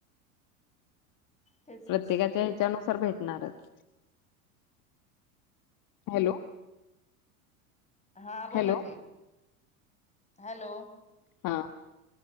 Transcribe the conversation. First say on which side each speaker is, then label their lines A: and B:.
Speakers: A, on the left; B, on the left.
A: तेच
B: प्रत्येकाच्या
A: की
B: ह्याच्यानुसार भेटणारच. हॅलो.
A: हा बोला
B: हॅलो
A: की हॅलो.
B: हा